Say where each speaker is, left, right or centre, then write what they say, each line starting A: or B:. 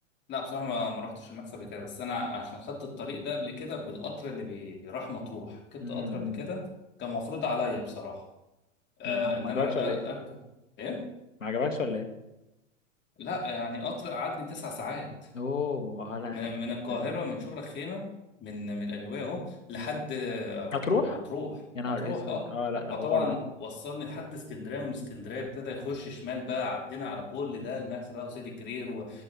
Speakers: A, on the left; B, on the left.
A: لا بصراحة ما ما رحتش الماكس قبل كده بس أنا عشان خدت الطريق ده قبل كده بالقطر اللي بي- بيروح مطروح ركبت
B: مم.
A: قطر
B: مم.
A: قبل كده كان مفروض عليا بصراحة آه
B: ما
A: ان
B: ما
A: انا
B: عجبكش
A: أ-
B: ولا ايه؟
A: اركب ايه
B: ما عجبكش ولا ايه؟
A: لا يعني قطر قعدني تسع ساعات
B: اوه اه لا
A: من,
B: لا
A: من
B: لا
A: القاهره
B: لا.
A: من شبرا الخيمه من من القليوبيه اهو لحد
B: مم.
A: آه،
B: هتروح
A: مطروح
B: يا نهار
A: مطروح
B: اسود
A: اه
B: اه لا ده
A: فطبعا
B: حوار ده
A: وصلني لحد اسكندريه ومن اسكندريه ابتدى يخش شمال بقى عدينا على كل ده الماكس بقى وسيدي كرير و-